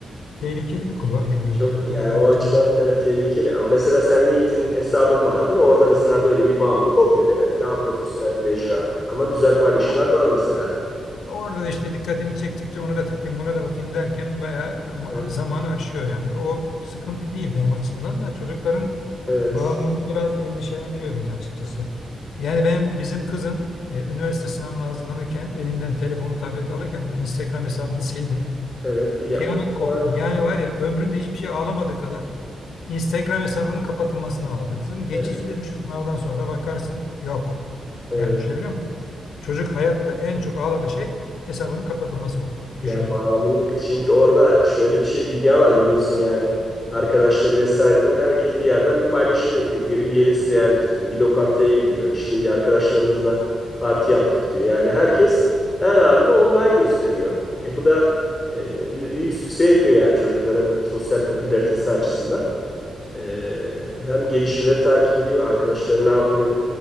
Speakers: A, on the left (about 85°); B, on the left (about 20°).
A: tehlikeli bir kulvar gibi gözüküyor
B: Çok
A: çocuklar
B: yani o
A: açısından.
B: açıdan evet tehlikeli. Ama mesela sen LinkedIn hesabın vardır. Orada mesela böyle bir bağımlılık olmuyor değil mi? Daha profesyonel bir mecra. Ama güzel paylaşımlar
A: Ya
B: var mesela.
A: Orada da işte dikkatini çektikçe onu da tıklayayım, buna da bakayım derken bayağı ma-
B: Evet.
A: zamanı aşıyor yani. O sıkıntı değil benim açımdan da çocukların
B: Evet.
A: bağımlılığı biraz endişelendiriyor beni açıkçası. Yani ben bizim kızın e, üniversite sınavına hazırlanırken elinden telefonu, tableti alırken bu Instagram hesabını sildim.
B: Evet. iyi yaptın.
A: Kıyamet koptu.
B: Ama,
A: Yani var ya ömründe hiçbir şey ağlamadığı kadar Instagram hesabının kapatılmasını ağladı. Kızım geçici
B: evet,
A: dedim şu sınavdan sonra bakarsın. Yok.
B: evet.
A: Yani düşünebiliyor Çocuk hayatta en çok ağladığı şey hesabının kapatılması oldu.
B: Ya
A: Düşün yani.
B: bağımlılık. Çünkü orada şöyle bir şey dünya var biliyorsun yani. Arkadaşları vesaireler herkes bir yerden bir paylaşım yapıyor. Biri bir yeri ziyaret ediyor. Bir lokantaya gidiyor. İşte bir arkadaşlarımızla parti yaptık diyor. Yani herkes her anını online gösteriyor. E bu da e, bir büyük sükse yapıyor yani çocukların sosyal popülaritesi açısından. Ee, hem gelişmeleri takip ediyor, arkadaşları ne yapıyor,